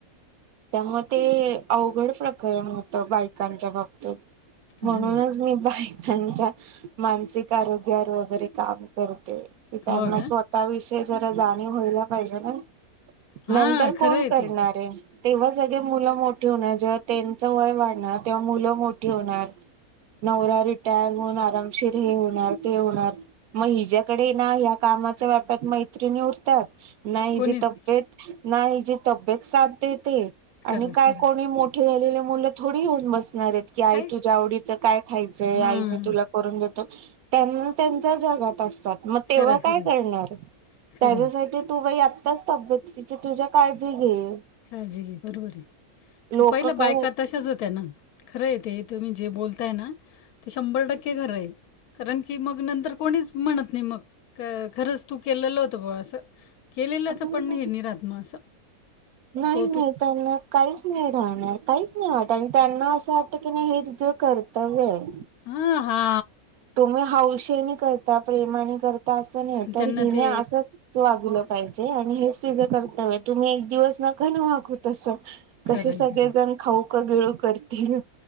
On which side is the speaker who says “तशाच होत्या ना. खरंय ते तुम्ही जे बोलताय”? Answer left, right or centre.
Left